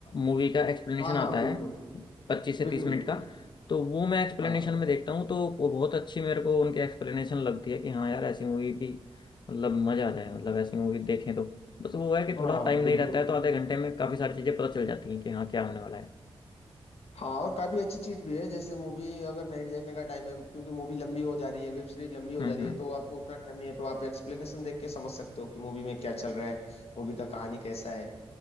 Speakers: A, on the left; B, on the left.
A: मूवी का एक्सप्लेनेशन
B: हाँ हाँ
A: आता
B: बिल्कुल
A: है पच्चीस से
B: बिल्कुल
A: तीस मिनट
B: बिल्कुल
A: का तो वो मैं एक्सप्लेनेशन
B: हाँ
A: में देखता हूँ तो वो बहुत अच्छी मेरे को उनकी एक्सप्लेनेशन लगती है कि हाँ यार ऐसी मूवी भी मतलब मजा आ जाए मतलब ऐसी मूवी देखें तो बस वो है कि
B: हाँ
A: थोड़ा टाइम
B: बिल्कुल
A: नहीं रहता है तो आधे घंटे में काफी सारी चीजें पता चल जाती हैं कि हाँ क्या होने वाला है
B: हाँ और काफी अच्छी चीज भी है जैसे मूवी अगर नहीं देखने का टाइम है क्योंकि मूवी लंबी हो जा रही है वेब सीरीज लंबी हो
A: हम्म
B: जा रही
A: हम्म
B: है तो आपको उतना टाइम नहीं है तो आप एक्सप्लेनेशन देख के समझ सकते हो कि मूवी में क्या चल रहा है मूवी का कहानी कैसा है